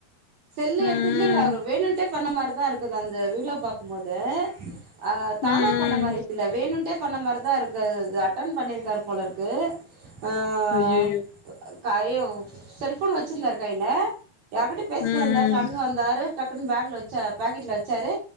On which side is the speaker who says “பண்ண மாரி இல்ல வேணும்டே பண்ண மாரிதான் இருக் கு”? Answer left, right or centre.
Right